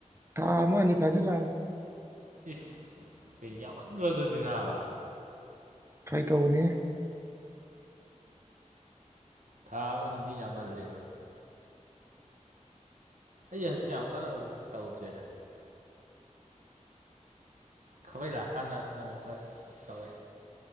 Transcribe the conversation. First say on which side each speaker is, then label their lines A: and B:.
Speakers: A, on the right (about 20°); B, on the right (about 80°).
A: ꯊꯥ ꯑꯃꯥꯅꯤ ꯄꯖꯂꯛꯑꯕꯅꯤ
B: ꯏꯁ ꯌꯥꯃꯟ꯭ꯔꯣ ꯑꯗꯨꯗꯤ ꯅꯥꯕꯥ
A: ꯐꯥꯒꯤ ꯇꯧꯕꯅꯦ
B: ꯊꯥ ꯑꯃ ꯅꯤꯒꯤꯗꯤ ꯌꯥꯝꯃꯜꯂꯦꯕ ꯑꯩ ꯍꯧꯖꯤ ꯌꯥꯝ ꯀꯅꯥ ꯇꯥꯎꯗꯦꯗꯥ ꯈꯥꯕꯩ ꯂꯥꯛꯑꯀꯥꯟꯗ ꯅꯣꯡꯃꯈꯛ ꯇꯧꯏ